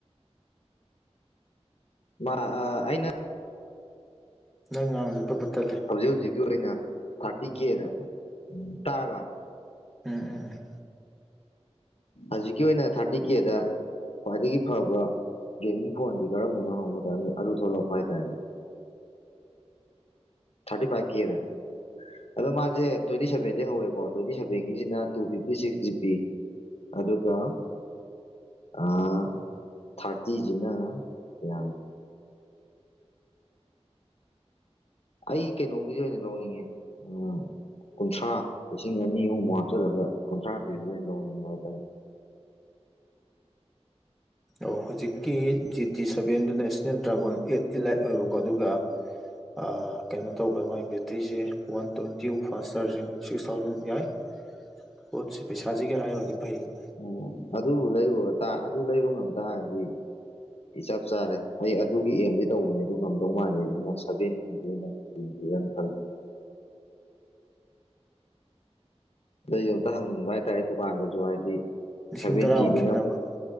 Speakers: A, on the left (about 65°); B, in the centre.
A: ꯃꯥ ꯑꯥ ꯑꯩꯅ
B: ꯅꯪ ꯉꯥꯡꯉꯤꯗꫭ ꯄꯠ ꯄꯠ ꯇꯠꯂꯦ
A: ꯍꯧꯖꯤꯛ ꯍꯧꯖꯤꯛꯀꯤ ꯑꯣꯏꯅ ꯊꯥꯔꯇꯤ ꯀꯦꯗ ꯇꯥꯔꯕ
B: ꯎꯝ ꯎꯝ ꯎꯝ
A: ꯍꯧꯖꯤꯛꯀꯤ ꯑꯣꯏꯅ ꯊꯥꯔꯇꯤ ꯀꯦꯗ ꯈ꯭ꯋꯥꯏꯗꯒꯤ ꯐꯕ ꯒꯦꯃꯤꯡ ꯐꯣꯟꯁꯤ ꯀꯔꯝꯕꯅꯣ ꯍꯪꯎꯕ ꯃꯇꯝꯗ ꯑꯗꯨ ꯊꯣꯛꯂꯛꯄ ꯍꯥꯏꯇꯥꯔꯦꯅꯦ ꯊꯥꯔꯇꯤ ꯐꯚ ꯀꯦꯗ ꯑꯗꯣ ꯃꯥꯁꯦ ꯇ꯭ꯋꯦꯟꯇꯤ ꯁꯚꯦꯟꯗꯩ ꯍꯧꯋꯦꯀꯣ ꯇ꯭ꯋꯦꯟꯇꯤ ꯁꯚꯦꯟꯒꯤꯁꯤꯅ two fifty six G B ꯑꯗꯨꯒꯥ ꯑꯥ ꯊꯥꯔꯇꯤꯖꯤꯅ ꯌꯥꯔꯦ ꯑꯩ ꯀꯩꯅꯣꯒꯤꯖꯦ ꯑꯣꯏꯅ ꯂꯧꯅꯤꯡꯉꯦ ꯎꯝ ꯀꯨꯟꯊ꯭ꯔꯥ ꯂꯤꯁꯤꯡ ꯑꯅꯤ ꯑꯍꯨꯝꯃꯨꯛ ꯍꯥꯞꯆꯤꯜꯂꯒ ꯀꯨꯟꯊ꯭ꯔꯥ ꯄꯤꯕꯗ ꯑꯣꯏꯅ ꯂꯧꯅꯤꯡꯕ ꯍꯥꯏꯇꯥꯔꯦ
B: ꯑꯣ ꯍꯧꯖꯤꯛꯀꯤ ꯖꯤ ꯇꯤ ꯁꯚꯦꯟꯗꯨ ꯅꯦꯁꯅꯦꯜ ꯗ꯭ꯔꯥꯒꯣꯟ ꯑꯦꯠ ꯏꯂꯥꯏꯠ ꯑꯣꯏꯕꯀꯣ ꯑꯗꯨꯒ ꯑꯥ ꯀꯩꯅꯣ ꯇꯧꯕ ꯃꯥꯒꯤ ꯕꯦꯇ꯭ꯔꯤꯁꯦ one twenty fast charging six thousand ꯌꯥꯏ ꯄꯣꯠꯁꯦ ꯄꯩꯁꯥꯖꯤꯒ ꯍꯥꯏꯔꯨꯔꯗꯤ ꯐꯩꯕ
A: ꯎꯝ ꯑꯗꯨꯕꯨ ꯂꯩꯔꯨ ꯇꯥ ꯑꯗꯨ ꯂꯩꯕ ꯉꯝ ꯇꯥꯔꯗꯤ ꯏ ꯆꯞ ꯆꯥꯔꯦ ꯑꯩ ꯑꯗꯨꯒꯤ ꯑꯦꯝꯗꯤ ꯇꯧꯕꯅꯦ ꯑꯗꯨ ꯉꯝꯗꯧ ꯃꯥꯥꯟꯗꯦ ꯑꯗꯨꯅ ꯁꯚꯦꯟꯇꯤꯗꯨ ꯑꯣꯏꯅ ꯌꯦꯡꯖꯤꯔꯅ ꯈꯜꯂꯤꯅꯤ ꯑꯗ ꯑꯩꯖꯨ ꯑꯝꯇ ꯍꯪꯅꯤꯡꯕ ꯍꯥꯏꯇꯥꯔꯦ ꯗꯨꯀꯥꯟꯗꯁꯨ ꯍꯥꯏꯗꯤ
B: ꯂꯤꯁꯤꯡ
A: ꯁꯚꯦꯟꯇꯤꯗꯨꯅ
B: ꯇꯔꯥꯃꯨꯛ ꯈꯦꯠꯅꯕ